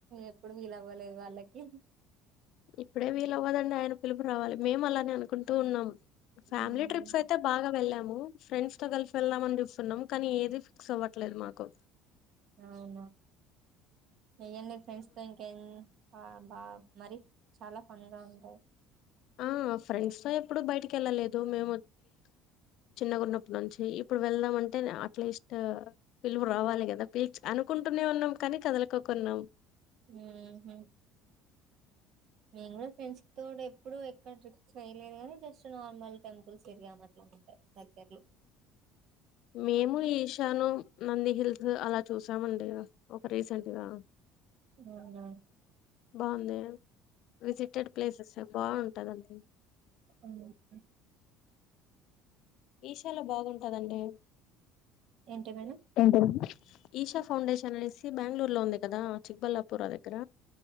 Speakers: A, on the right; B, on the left.
A: ఎప్పుడూ వీలు అవ్వలేదు వాళ్ళకి
B: ఇప్పుడే వీలు ఆవ్వదండి ఆయన పిలుపు రావాలి మేం అలానే అనుకుంటూ ఉన్నాం ఫ్యామిలీ
A: మ్మ్
B: ట్రిప్స్ అయితే బాగా వెళ్ళాము ఫ్రెండ్స్ తో కలిసి వెళ్దామని చూస్తున్నాం కానీ ఏదీ ఫిక్స్ అవ్వట్లేదు మాకు
A: అవునా చెయ్యండి ఫ్రెండ్స్ తో ఇంకేం ఆ బా మరి చాలా ఫన్ గా ఉంటాయి
B: ఆ ఫ్రెండ్స్ తో ఎప్పుడూ బయటికెళ్ళలేదు మేము <inaudible> చిన్నగున్నప్పుడి నుంచి ప్పుడు వెళ్దాం అంటేనే అట్లీస్ట్ పిల్లుపు రావాలి కదా పిల్చి అనుకుంటూనే ఉన్నాం కానీ కదలుకోకున్నాం
A: ఊహూ నేనూ కూడా ఫ్రెండ్స్ తోటి ఎప్పుడూ ఏ క్కడ ట్రిప్స్ వెయ్యలేదు గానీ జస్ట్ నార్మల్ టెంపుల్స్ తరిగాం అట్ల అంతే దగ్గర్లో
B: మేమూ ఏష్ చానుం నంది హిల్స్ అలా చూసామండి ఒక రీసెంట్ గా
A: గవున
B: బాంది విజిటెడ్ ప్లేసెస్ బాంటదండి
A: అవును <unintelligible>
B: ఇషోలో బాగుంటాదండి
A: ఏంటేమన
B: ఏంటండి ఈషా ఫౌండేషన్ అనేసి బ్యాంగ్లూర్లో ఉంది కదా చిక్బల్లాపూర్ దగ్గర